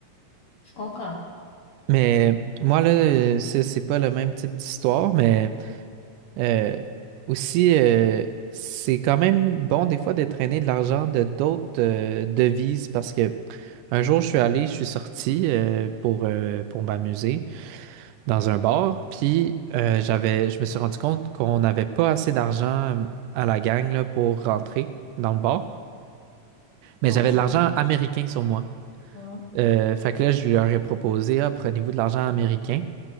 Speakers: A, on the left; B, on the right.
A: Je comprends.
B: Mais moi, là, euh, c'est c'est pas le même type d'histoire, mais euh, aussi, euh, c'est quand même bon des fois de traîner de l'argent de d'autres euh, devises parce que un jour, je suis allé, je suis sorti euh, pour, euh, pour m'amuser. dans un bar. Puis euh, j'avais, je me suis rendu compte qu'on n'avait pas assez d'argent euh, à la gang là, pour rentrer dans le bar. Mais
A: Mon
B: j'avais
A: Dieu.
B: de l'argent américain sur moi.
A: Hein?
B: Euh, fait que là, je leur ai proposé, ah, prenez-vous de l'argent américain.